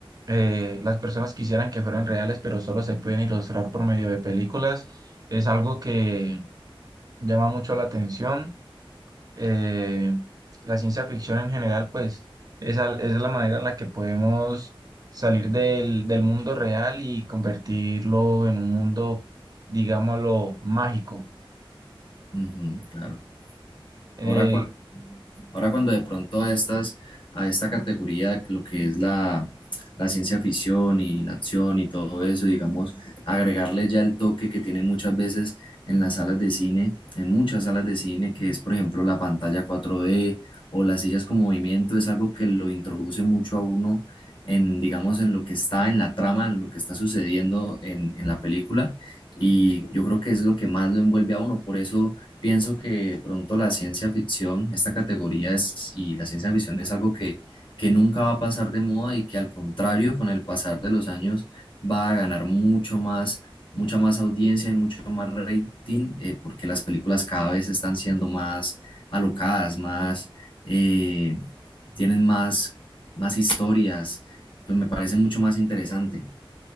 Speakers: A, on the right; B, on the left.
A: eh, las personas quisieran que fueran reales, pero solo se pueden ilustrar por medio de películas. Es algo que llama mucho la atención. Eh, la ciencia ficción en general, pues, es, al- es la manera en la que podemos salir del, del mundo real y convertirlo en un mundo, digámoslo, mágico.
B: Ujú, claro. Ahora,
A: Eh,
B: cuando, ahora cuando de pronto a estas, a esta categoría, lo que es la, la ciencia ficción y la acción y todo eso, digamos, agregarle ya el toque que tiene muchas veces en las salas de cine, en muchas salas de cine, que es, por ejemplo, la pantalla 4D o las sillas con movimiento, es algo que lo introduce mucho a uno en, digamos, en lo que está en la trama, en lo que está sucediendo en, en la película. Y yo creo que es lo que más lo envuelve a uno. Por eso Pienso que de pronto la ciencia ficción, esta categoría es, y la ciencia ficción es algo que, que nunca va a pasar de moda y que al contrario, con el pasar de los años, va a ganar mucho más, mucha más audiencia y mucho más rating, eh, porque las películas cada vez están siendo más alocadas, más, eh, tienen más, más historias, pues me parece mucho más interesante.